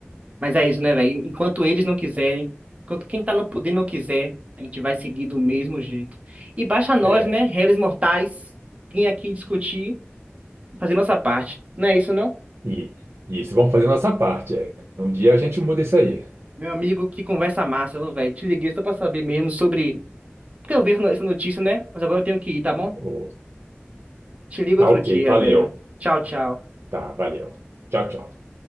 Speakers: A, on the right; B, on the right.
A: Mas é isso, né, velho? Enquanto eles não quiserem, enquanto quem tá no poder não quiser, a gente vai seguir do mesmo jeito. E baixa a nós,
B: É,
A: né, réis mortais, vir aqui discutir, fazer nossa parte. Não é isso, não?
B: e, e isso vamos fazer nossa parte. é. Um dia a gente muda isso aí.
A: Meu amigo, que conversa massa, viu, velho. Te liguei só pra saber mesmo sobre. Porque eu vi essa no- essa notícia, né? Mas agora eu tenho que ir, tá bom?
B: Ô,
A: Te ligo
B: tá
A: outro
B: ok,
A: dia,
B: valeu.
A: velho. Tchau, tchau.
B: Tá, valeu. Tchau, tchau.